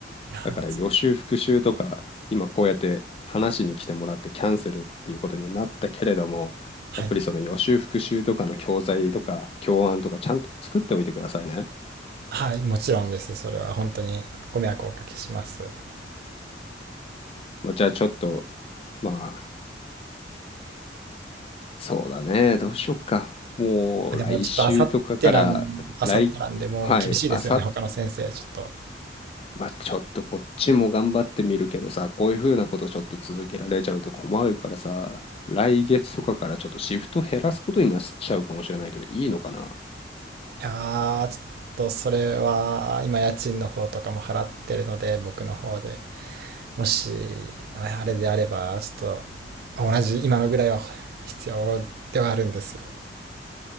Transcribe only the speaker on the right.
あー
はい。
はい、もちろんです。それは本当にご迷惑をおかけします。
でもちょっとあさってなん、あさってなんでもう厳しいですよね、
他の先生、ちょっと。
いやー、ちょっとそれは今家賃の方とかも払ってるので、僕の方で。もし、あれであれば、ちょっとまあ同じ今のぐらいは必要ではあるんですよ。